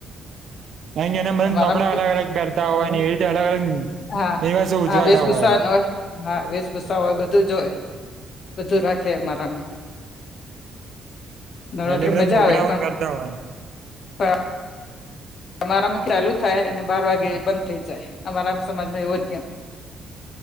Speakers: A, on the right (about 60°); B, on the left (about 55°).
A: કાર કે એના બધ નપડા
B: મારામાં
A: અલગ અલગ પહેરતા હોયને એવી રીતે અલગ અલગ
B: હા
A: નિવાસો ઉજવાતા
B: હા વેશભૂષા
A: હોય
B: હા વેશભૂસા હોય બધું જોય બધું રાખે અમારામાં નવરાત્રી
A: એટલે બધા
B: મજા
A: પ્રોગ્રામ
B: આવે
A: કરતા હોય
B: પણ અમારામાં ચાલુ થાય અને બાર વાગે બંધ થઈ જાય અમારામ સમાજમાં એવો નિયમ